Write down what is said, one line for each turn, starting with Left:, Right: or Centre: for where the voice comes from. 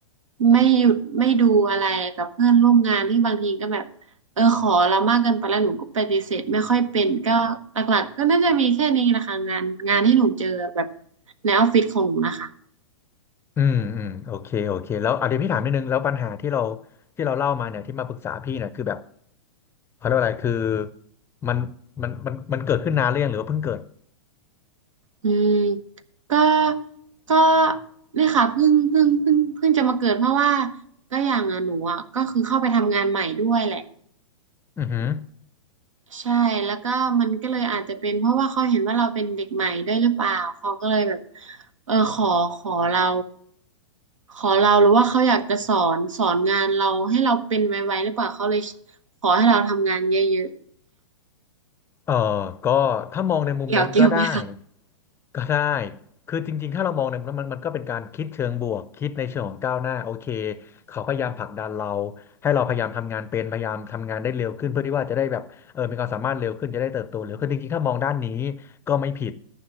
Right: ไม่หยุดไม่ดูอะไรกับเพื่อนร่วมงานที่บางทีก็แบบเออขอเรามากเกินไปแล้วหนูก็ปฏิเสธไม่ค่อยเป็นก็หลักๆก็น่าจะมีแค่นี้แหละค่ะงานงานที่หนูเจอแบบในออฟฟิศของหนูนะคะ
Left: อืมอืมโอเคโอเคแล้วเอาเดี๋ยวพี่ถามนิดนึงแล้วปัญหาที่เราที่เราเล่ามาเนี่ยที่มาปรึกษาพี่เนี่ยคือแบบเขาเรียกว่าอะไรคือมันมันมันมันเกิดขึ้นนานหรือยังหรือว่าเพิ่งเกิด
Right: อืมก็ก็เนี่ยค่ะเพิ่งเพิ่งเพิ่งเพิ่งจะมาเกิดเพราะว่าก็อย่างอะหนูอะก็คือเข้าไปทำงานใหม่ด้วยแหละ
Left: อือหือ
Right: ใช่แล้วก็มันก็เลยอาจจะเป็นเพราะว่าเขาเห็นว่าเราเป็นเด็กใหม่ด้วยหรือเปล่าเขาก็เลยแบบเออขอขอเราขอเราหรือว่าเขาอยากจะสอนสอนงานเราให้เราเป็นไวๆหรือเปล่าเขาเลยขอให้เราทำงานเยอะ
Left: เออก็ถ้ามองในมุมนั้นก็ได้
Right: ๆเกี่ยวเกี่ยวไหมคะ
Left: ก็ได้คือจริงๆถ้าเรามองในมุมนั้นมันมันก็เป็นการคิดเชิงบวกคิดในเชิงของก้าวหน้าโอเคเขาพยายามผลักดันเราให้เราพยายามทำงานเป็นพยายามทำงานได้เร็วขึ้นเพื่อที่ว่าจะได้แบบ เออมีความสามารถเร็วขึ้นจะได้เติบโตเร็วขึ้นจริงๆถ้ามองด้านนี้ก็ไม่ผิด